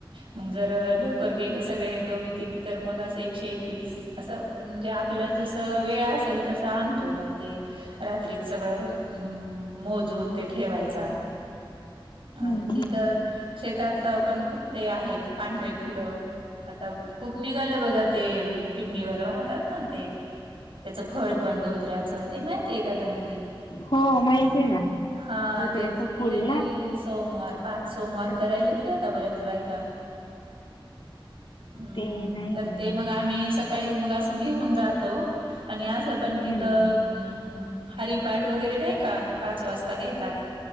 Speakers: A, on the right; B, on the left.
A: मग जर लवकर गेले सगळे दोघी तिघी तर मग असं एकशे एक, एकवीस असं म्हणजे आपल्या जस वेळ असेल तसं आणतो मग, ते रात्रीत सगळं मोजून ते ठेवायचा. आणि
B: हम्म
A: ती तर, शेतात पण खूप ते आहेत पांढरे फुलं. आता खूप निघालं बघा ते पिंडीवर वाहतात ना ते, त्याचं फळ पण धोत्र्याचं ते माहित आहे का तुम्हाला?
B: हो माहित आहे ना!
A: हा
B: धोत्र्याचं
A: ते कुठले
B: फुल
A: तरी
B: ना
A: सोमवार. पाच सोमार क राहिलेत का आता बऱ्याच बायका. हम्म!
B: ते नाही
A: तर
B: हो
A: ते
B: माहिती
A: मग आम्ही सकाळी मग असं घेऊन जातो. आणि असं पण तिथं,
B: हम्म
A: हम, हरिपाट वगैरे नाही का! पाच वाजता घेतात.